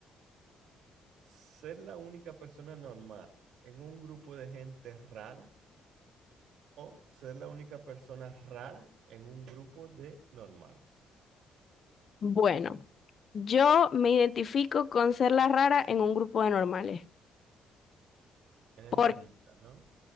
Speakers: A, on the right (about 80°); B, on the left (about 50°).
A: ¿Ser la única persona normal en un grupo de gente rara o ser la única persona rara en un grupo de normales?
B: Bueno, yo me identifico con ser la rara en un grupo de normales.
A: Eres
B: Por,
A: rarita, ¿no?